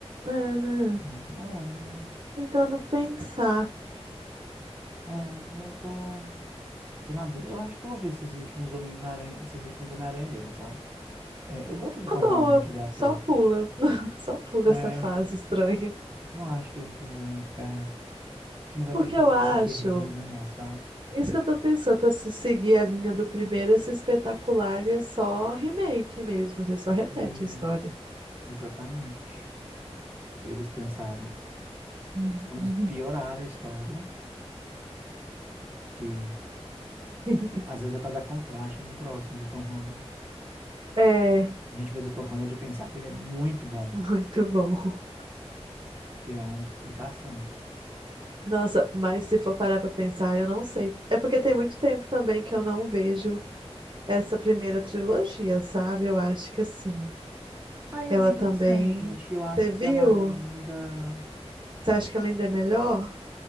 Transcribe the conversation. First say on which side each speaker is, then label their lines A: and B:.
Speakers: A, on the right; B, on the right.
A: É, né?
B: né? É, não-
A: Tentando pensar.
B: é, eu tô, tô na dúvida. Eu acho que eu vou ver esses últimos Homens-Aranha, esses últimos Homem-Aranha mesmo, sabe? É, eu gosto do
A: Uma
B: Tom
A: boa,
B: Holland, do ator.
A: só pula, <laughs> só pula
B: É,
A: essa fase estranha.
B: não acho que, que vai ficar. Acho que não vai
A: Porque
B: ter informação
A: eu acho
B: perdida, não, sabe?
A: Isso que eu tô pensando, pra se seguir a linha do primeiro, esse espetacular ele é só remake mesmo, você só repete
B: Isso,
A: a história.
B: exatamente. Eles pensaram,
A: Uhum.
B: vamos piorar a história, que
A: <laughs>
B: às vezes é para dar contraste no próximo do Tom Holland.
A: É,
B: Pra gente ver do Tom Holland e pensar que ele é muito bom,
A: muito bom.
B: que é a única explicação, velho.
A: Nossa, mas se for parar pra pensar, eu não sei. É porque tem muito tempo também que eu não vejo essa primeira trilogia, sabe? Eu acho que assim.
B: Ah, eu
A: Ela
B: vi
A: também.
B: recente, eu acho
A: Você viu?
B: que ela ainda.
A: Você acha que ela ainda é melhor?